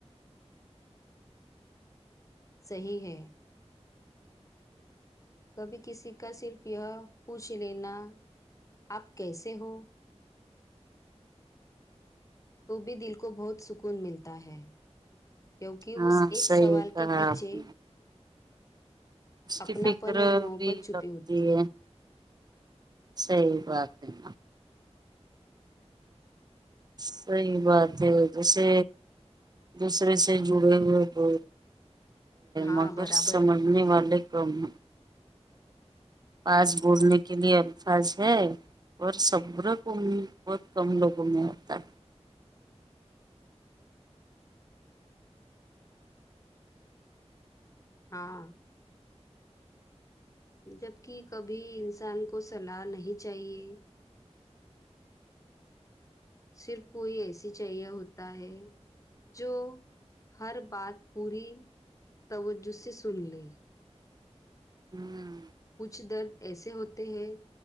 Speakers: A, on the left (about 30°); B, on the right (about 35°).
A: صحیح ہے کبھی کسی کا صرف یہ پوچھ لینا آپ کیسے ہو تو بھی دل کو بہت سکون ملتا ہے کیونکہ
B: ہاں
A: اس ایک
B: صحیح
A: سوال
B: کہا
A: کے پیچھے
B: آپ نے اس کی
A: اپناپن
B: فکر
A: اور محبت
B: بھی
A: چھپی
B: لگتی
A: ہوتی ہے
B: صحیح بات ہے ن صحیح بات ہے جیسے دوسرے سے جڑے ہوئے بہ
A: ہاں
B: مگر
A: برابر
B: سمجھنے
A: ہے
B: والے کم ہیں پاس بولنے کے لیے الفاظ ہے اور صبر کومی و کم لوگوں میں ہوتا ہے
A: ہاں جبکی کبھی انسان کو صلاح نہیں چاہیے صرف کوئی اے سی چاہیے ہوتا ہے جو ہر بات پوری توجہ سے سن لے
B: ہں
A: کچھ درد ایسے ہوتے ہیں